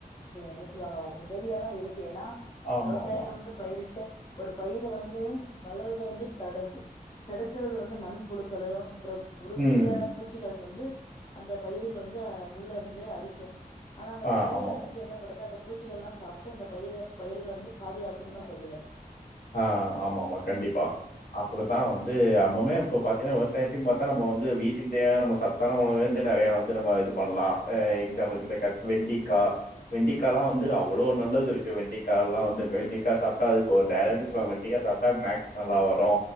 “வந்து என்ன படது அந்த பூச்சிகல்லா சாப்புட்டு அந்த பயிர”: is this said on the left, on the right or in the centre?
Left